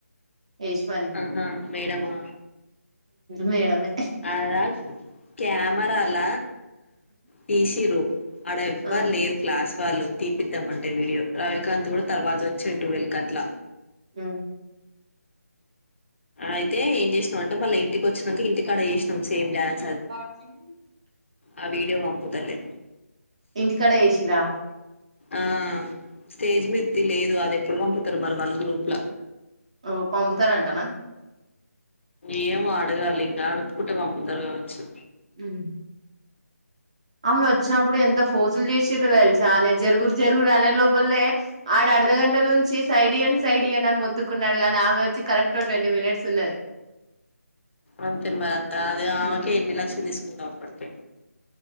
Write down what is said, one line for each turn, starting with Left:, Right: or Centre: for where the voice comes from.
Right: ఎశ్వాన్
Left: ఆహా మేడమా
Right: మేడమే
Left: అడ కెమెరాల తీసిరు అడ ఎవ్వరు
Right: ఆ!
Left: లేరు క్లాస్ వాళ్లు తీపిద్దామంటే వీడియో రవికాంత్ కూడ తర్వాత వచ్చింటు టవల్కి అట్ల
Right: ఉ
Left: అయితే ఏం చేసినాం అంటే మళ్ళా ఇంటికి వచ్చినాక ఇంటికాడ చేసినాం సేమ్ డ్యాన్
Right: ప
Left: ఆ వీడియో పంపుతాలే
Right: ఇంటికడ ఎసిర
Left: ఆ స్టేజ్ మీద లేదు అది ఎప్పుడు తిరుమల్ వాల్ గ్రూప్ల
Right: ఓ పంపుతారంటన
Left: ఏమో అడగాలి ఇంకా అడుకుంటే పంపుతారు కావచ్చు
Right: మ్ ఆమె వచ్చినప్పుడు ఎంత ఫోజలు చేసిరో తెలుసా, అ జరుగురు జరుగురు అనే లోపలనే ఆ అర్ధగంట నుంచి సైడ్ ఇయ్యండి సైడ్ ఇయ్యండి అని మొతుకున్నాడు కాని, ఆమె వచ్చి కరెక్ట్ ట్వంటీ మినిట్స్ ఉన్నది
Left: అంతే మర అది
Right: హ్మ్.
Left: ఆమె కె ఎన్ని లక్షలు తీసుకో అప్పుడుకే